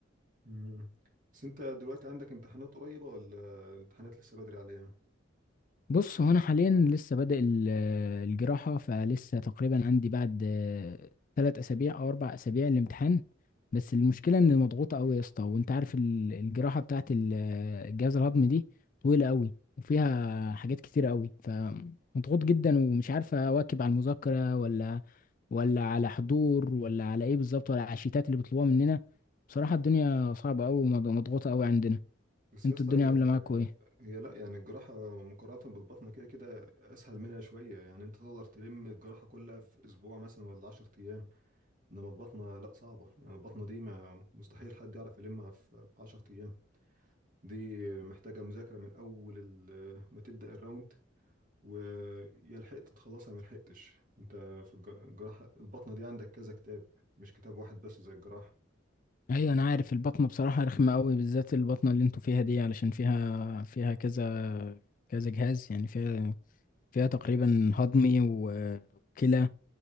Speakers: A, on the right (about 45°); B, on the left (about 45°).
A: مم. بس انت دلوقتي عندك امتحانات قريبة ولا الامتحانات لسه بدري عليها
B: بص هو انا حاليا لسه بادئ ال- الجراحه فلسه تقريبا عندي بعد ثلاث اسابيع او اربع اسابيع الامتحان بس المشكله ان مضغوطه قوي يا اسطى وانت عارف ال- الجراحه بتاعت ال- الجهاز الهضمي دي طويله قوي وفيها حاجات كتير قوي فمضغوط جدا ومش عارف اواكب على المذاكره ولا ولا على حضور ولا على ايه بالظبط ولا على الشيتات اللي بيطلبوها مننا بصراحه الدنيا صعبه قوي ومضغوطه قوي عندنا
A: بس
B: انتوا
A: يا اسطى
B: الدنيا
A: هي
B: عامله
A: ال...
B: معاكم ايه
A: هي لا يعني الجراحة مقارنة بالبطنة كده كده اسهل منها شوية يعني انت تقدر تلم الجراحة كلها في اسبوع مثلا ولا 10 ايام انما البطنة لا صعبة يعني البطنة دي ما مستحيل حد يعرف يلمها في 10 ايام دي محتاجة مذاكرة من أول ال- ما تبدأ الراوند ويا لحقت تخلصها ما لحقتش انت في الج- الجراحة البطنة دي عندك كذا كتاب مش كتاب واحد بس زي الجراحة
B: ايوه انا عارف البطنه بصراحه رخمه قوي بالذات البطنه اللي انتوا فيها دي علشان فيها فيها كذا كذا جهاز يعني فيها فيها تقريبا هضمي و- وكلى